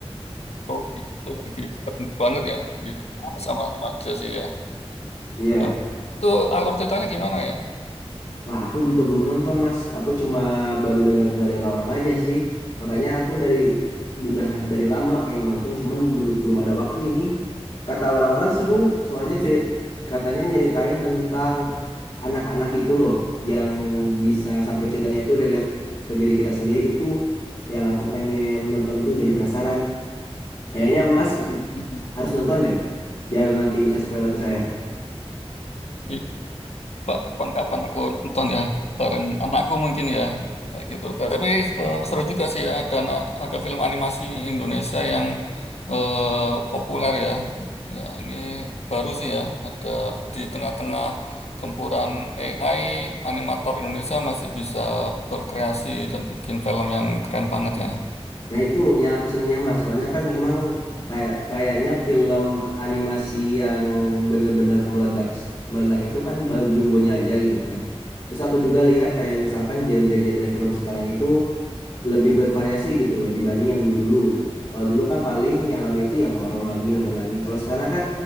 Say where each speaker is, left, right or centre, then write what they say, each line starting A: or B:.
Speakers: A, on the left (about 80°); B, on the left (about 45°).
A: Oh, itu lagi penting banget ya di anak sama remaja sih ya.
B: Iya.
A: Eh, Itu alur ceritanya gimana ya?
B: Wah, aku juga belum nonton, Mas. Aku cuma baru dengar dari orang-orang aja sih. Makanya aku dari udah dari lama pengen nonton, cuman bel- belum ada waktu ini. Kata orang-orang seru, soalnya cerit katanya nyeritain tentang anak-anak gitu loh, yang bisa sampai ceritanya itu relate ke diri kita sendiri itu yang aku pengen nonton tuh jadi penasaran. Kayaknya Mas
A: Hmm,
B: harus nonton deh, biar nanti bisa spoiler ke saya.
A: iya. Coba kapan-kapan aku nonton ya bareng anakku mungkin ya kayak gitu. Tapi eh, seru juga sih ya ada anak- ada film animasi Indonesia yang eh, populer ya. Ya ini baru sih ya ada di tengah-tengah gempuran AI animator Indonesia masih bisa berkreasi dan bikin film yang keren banget ya.
B: Nah itu yang aku senangnya mas, soalnya kan emang kayak kayaknya film animasi yang bener-bener meledak meledak itu kan baru jumbonya aja gitu kan. Terus aku juga lihat kayak misalkan genre-genre film sekarang itu lebih bervariasi gitu loh dibanding yang dulu-dulu. Kalau dulu kan paling yang ramai itu ya horor lagi, horor lagi. Kalau sekarang kan